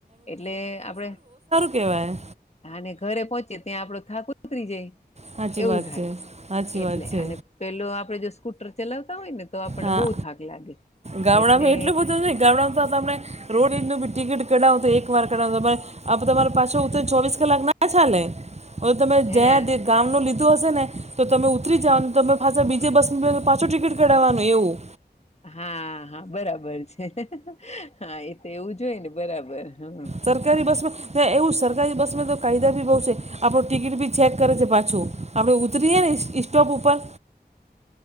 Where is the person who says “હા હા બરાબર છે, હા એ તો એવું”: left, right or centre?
Left